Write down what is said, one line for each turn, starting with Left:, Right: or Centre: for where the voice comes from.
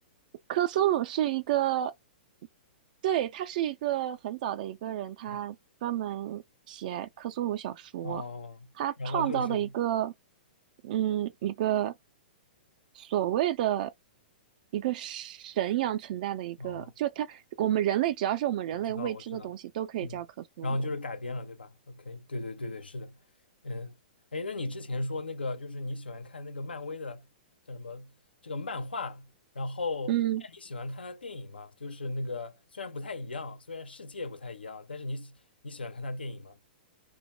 Right: 克苏鲁是一个，对，他是一个很早的一个人，他专门写克苏鲁小说，
Left: 嗯哦，
Right: 他创造的一个，
Left: 然后就是
Right: 嗯，一个所谓的一个神一样存在的一个，
Left: 哦。
Right: 就他，我们人类只要是我们人类未知的东西，
Left: 我知道，我知道，
Right: 都可以叫克苏鲁。
Left: 嗯，然后就是改编了，对吧？OK，对对对对，是的，嗯，哎，那你之前说那个就是你喜欢看那个漫威的叫什么这个漫画，然后那你喜欢看他电影吗？
Right: 嗯
Left: 就是那个虽然不太一样，虽然世界不太一样，但是你喜你喜欢看他电影吗